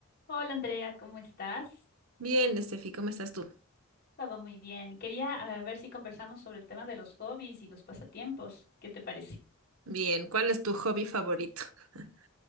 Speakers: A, on the left; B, on the right.
A: Hola Andrea, ¿cómo estás?
B: Bien, Estefi, ¿cómo estás tú?
A: Todo muy bien. Quería eh, ver si conversamos sobre el tema de los hobbies y los pasatiempos. ¿Qué te parece?
B: Bien, ¿cuál es tu hobby favorito? <laughs>